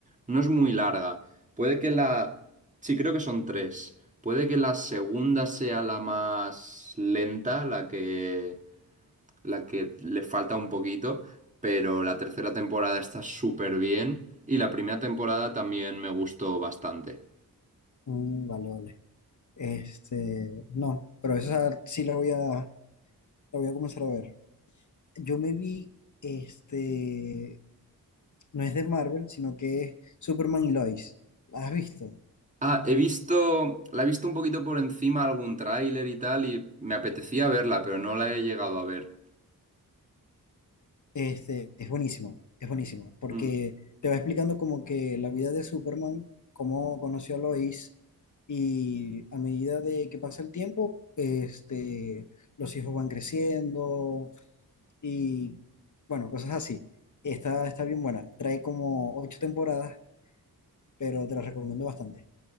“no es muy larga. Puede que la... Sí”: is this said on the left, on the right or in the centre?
Right